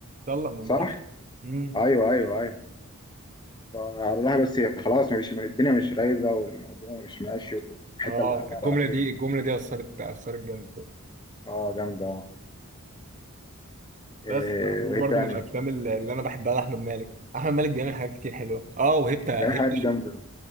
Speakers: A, on the right (about 35°); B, on the left (about 20°).
A: هيتطلق من
B: صح
A: مراته امم
B: ايوه ايوه ايوه فالله بس خلاص مش الدنيا مش رايقة والموضوع مش ماشي والحتة
A: اه
B: اللي خلقها
A: الجمله
B: الأخيرة
A: دي
B: دي
A: الجمله دي اثرت اثرت جامد فيا.
B: اه جامدة اه إيه
A: بس دي
B: وإيه
A: برضو
B: تاني؟
A: من الافلام اللي اللي انا بحبها لاحمد مالك احمد مالك بيعمل حاجات كتير حلوه اه وهبته
B: ده
A: هبته
B: في حاجات جامدة